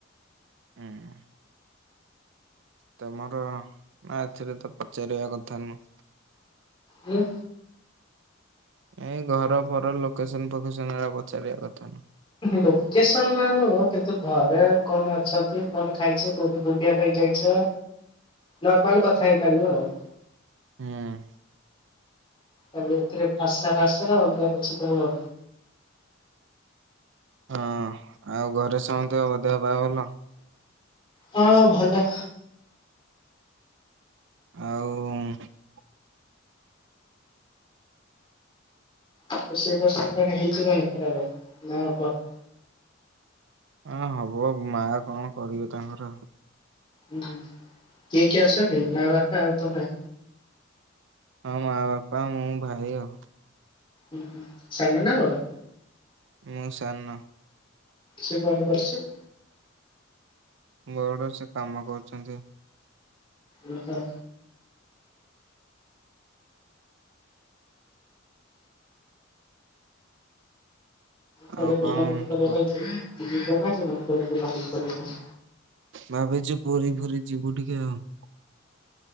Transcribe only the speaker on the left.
ହୁଁ
ଲୋକେସନ ନା ନୁହ କିନ୍ତୁ ଘରେ କଣ ଅଛନ୍ତି କଣ ଖାଇଛ କୋଉଠି ବୁଲିବାକୁ କାଇ ଯାଇଛ ନର୍ମାଲ କଥା ହେଇପାରିବ ଆଉ।
ଖାଲି ଏଥିରେ ଭାଷା ଭାଷା ଅଲଗା କିଛି କହିବ।
ହଁ, ଭଲ।
ରୋଷେଇ ଫୋସେଇ କଣ ହେଇଛି କଣ ଖରାବେଳେ ନା ହବ?
ଉହୁଁ, କିଏ କିଏ ଅଛ କି? ମା, ବାପା ଆଉ ତମେ?
ଉହୁଁ, ସାନ ନା ବଡ଼?
ସେ କଣ କରୁଛି ସେ?
ଓ ହୋ। କୁଆଡେ
ବୁଲାବୁଲି
କରିବା
ପାଇଁ ଯି ଯିବ ନା ଯିବନି କୁଆଡେ ବୁଲାବୁଲି କରିବା ପାଇଁ?